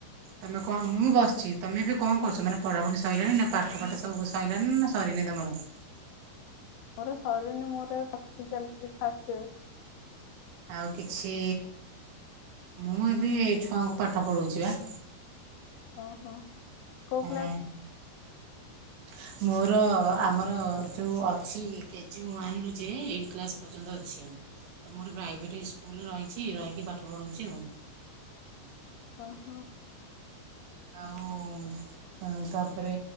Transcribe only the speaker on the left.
ମୋର ଶରୀର <unintelligible> ମୋର ଏ ପ ଚାଲିଛି ଫାଷ୍ଟ ଇର
ଓହୋ କୋଉ
କ୍ଲାସ
ଓ ହୋ